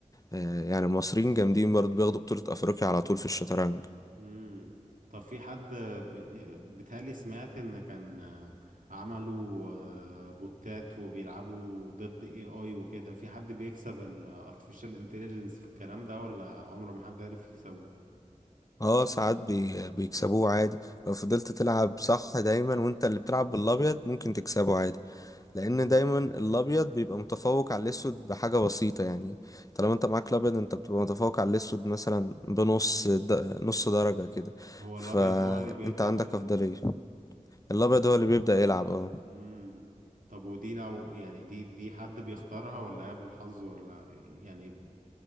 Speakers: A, on the left; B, on the right.
A: آه، يعني المصريين جامدين برضو بياخدوا بطولة أفريقيا على طول في الشطرنج
B: امم طب في حد ب- بيتهيألي سمعت ان كان عملوا آه، بوتات وبيلعبوا ضد اي اي وكده في حد بيكسب الارتفيشال انتليجنس في الكلام ده ولا عمر ما حد عرف يكسبه
A: اه ساعات بي... بيكسبوه عادي لو فضلت تلعب صح دايما وانت اللي بتلعب بالأبيض ممكن تكسبه عادي لان
B: امم
A: دايما الابيض بيبقى متفوق على الاسود بحاجه بسيطه يعني طالما انت معاك الابيض انت بتبقى متفوق على الاسود مثلا بنص د... نص درجه كده
B: هو
A: فانت
B: الابيض هو اللي بيبدأ
A: عندك
B: ولا
A: افضليه
B: اللي
A: الابيض
B: ولا
A: هو اللي بيبدا يلعب اه
B: امم طب ودي لو يعني دي دي حد بيختارها ولا هي بالحظ ولا يعني